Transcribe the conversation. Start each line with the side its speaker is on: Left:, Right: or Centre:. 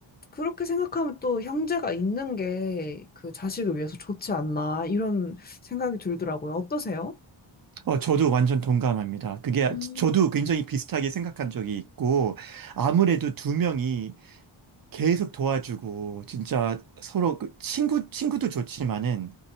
Left: 그렇게 생각하면 또 형제가 있는 게 그 자식을 위해서 좋지 않나 이런 생각이 들더라고요. 어떠세요?
Right: 어, 저도 완전 동감합니다. 그게,
Left: 음.
Right: 저도 굉장히 비슷하게 생각한 적이 있고, 아무래도 두 명이 계속 도와주고, 진짜 서로, 그 친구, 친구도 좋지만은,